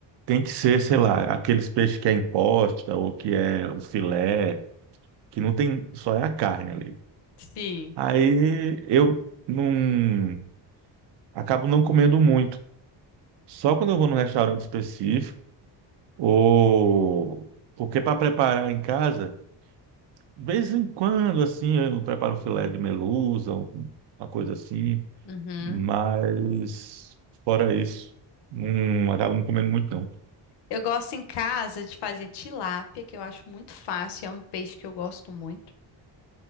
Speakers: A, on the right (about 65°); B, on the left (about 65°).
A: tem que ser, sei lá, aqueles peixes que é imposta ou que é o filé, que não tem, só é a carne ali.
B: Sim.
A: Aí eu não acabo não comendo muito. Só quando eu vou num restaurante específico Ou porque para preparar em casa, de vez em quando assim, eu preparo um filé de merluza, um- uma coisa assim,
B: Uhum.
A: mas fora isso, não acabo não comendo muito não.
B: Eu gosto em casa de fazer tilápia, que eu acho muito fácil, é um peixe que eu gosto muito.